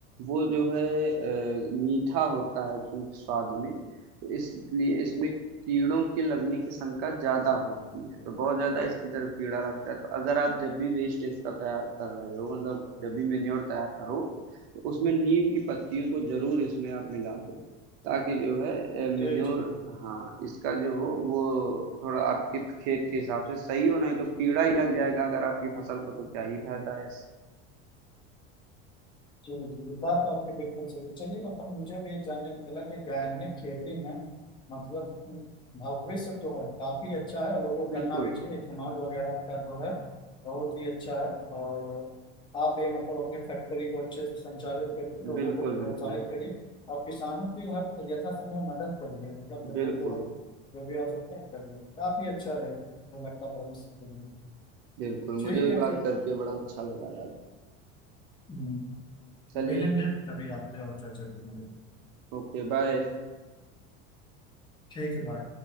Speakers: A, on the right (about 70°); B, on the left (about 15°).
A: वो जो है अ, मीठा होता है चूंकि स्वाद में तो इसलिए इसमें कीड़ों के लगने की शंका ज़्यादा होती है तो बहुत ज़्यादा इसकी तरफ कीड़ा लगता है तो अगर आप जब भी वेस्ट इसका तैयार कर रहे हो मतलब जब भी मेन्योर तैयार करो तो उसमें नीम की पत्तियों को जरूर इसमें आप मिला दो ताकि जो है मेन्योर
B: जी जी बिल्कुल
A: हाँ इसका जो हो वो थोड़ा आपके खेत के हिसाब से सही हो नहीं तो कीड़ा ही लग जाएगा अगर आपकी फसल को तो क्या ही फायदा है इससे
B: जी जी ये बात तो आपकी बिल्कुल सही है चलिए मतलब मुझे भी जानने को मिला कि गायनिक खेती में मतलब भविष्य तो है काफी अच्छा है और लोगों को
A: बिल्कुल
B: करना भी चाहिए इथेनॉल वगैरह का जो है बहुत ही अच्छा है और आप भी मतलब अपनी फैक्ट्री को अच्छे से संचालित करके लोगों
A: बिल्कुल
B: को प्रोत्साहित
A: बिल्कुल
B: करिए और किसानों की हर यथासंभव मदद करिए मतलब लोगों
A: बिल्कुल
B: को जो भी आवश्यकता है करिए काफी अच्छा रहेगा मुझे लगता है भविष्य के लिए
A: बिल्कुल
B: ठीक
A: मुझे भी
B: है
A: बात
B: फिर
A: करके बड़ा अच्छा लगा यार
B: हम्म,
A: चलिए
B: मिलेंगे कभी आपसे और चर्चा करेंगे
A: Okay bye
B: ठीक है बाय